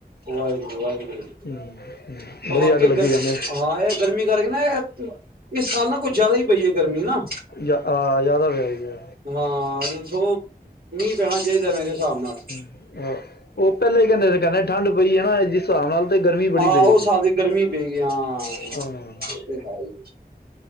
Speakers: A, on the right; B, on the left.
A: ਵਾਹਿਗੁਰੂ ਵਾਹਿਗੁਰੂ
B: ਹਮ, ਹਮ, ਬੜੀ
A: ਵਾਕੇ
B: ਅੱਗ ਲੱਗੀ
A: ਈ ਗਰ
B: ਕਹਿੰਦੇ
A: ਹਾਂ ਇਹ ਗਰਮੀ ਕਰਕੇ ਨਾ ਇਹ ਇਸ ਸਾਲ ਨਾ ਕੁਛ ਜ਼ਿਆਦਾ ਹੀ ਪਈ ਐ ਗਰਮੀ ਨਾ।
B: ਯਾ ਆਹ ਜਿਆਦਾ <unintelligible> ਗਿਆ।
A: ਹਾਂ ਸਗੋਂ ਮੀਂਹ ਪੈਣਾ ਚਾਹੀ <unintelligible> ਮੇਰੇ ਹਿਸਾਬ ਨਾਲ
B: ਹਾਂ, ਉਹ ਪਹਿਲੇ ਹੀ ਕਹਿੰਦੇ ਸੀ ਕਹਿੰਦੇ ਠੰਡ ਪਈ ਆ ਨਾ ਜਿਸ ਹਿਸਾਬ ਨਾਲ ਤੇ ਗਰਮੀ ਬੜੀ
A: ਹਾਂ
B: ਪਏਗੀ
A: ਉਹ ਸਾਬ ਦੀ ਗਰਮੀ ਪਏ ਗਈ ਹਾਂ। ਉਹ
B: ਹਾਂ
A: ਤੇ ਹੈ ਈ,